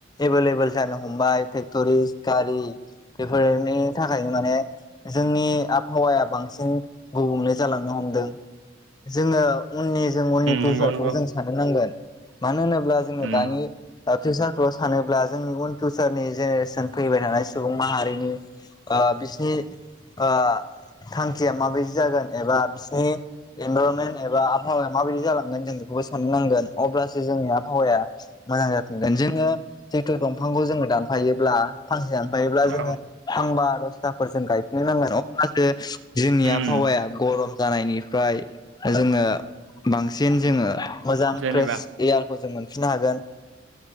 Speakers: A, on the left (about 20°); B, on the right (about 75°).
A: एबे लेबोल जानो हमबाय फेक्टरि गारि बेफोरनि थाखाय माने जोंनि आबहावाया बांसिन गुबुंले जालांनो हमदों। जोंङो उननि जों उननि फिउसारखौ
B: नंगौ नंगौ
A: जों सानहर नांगोन। मानो होनोब्ला जोंङो
B: उम
A: दानि फिउसारखौ सानोब्ला जोंनि उन फिउचारनि जेनेरेसन फैबाय थानाय सुबुं माहारिनि ओ बिसिनि ओ थांखिया माबायदि जागोन एबा बिसनि इनभारनमेन्ट एबा आबहावाया माबायदि जालांगोन जों बेखौबो साननो नांगोन अब्लासो जोंनि आबहावाया मोजां जाफिनगोन। जोङो जिहेथु दंफांखौ जोङो दानफायोब्ला फांसे दानफायोब्ला जोङो
B: औ
A: फांबा दसथाफोरजों गायफिननो नांगोन अब्लासो जोंनि
B: उम
A: आबहावाया गरम जानायनि फ्राय जोङो बांसिन जोङो मोजां
B: जेनेबा
A: फ्रेस एयार खौ जों मोनफिननो हागोन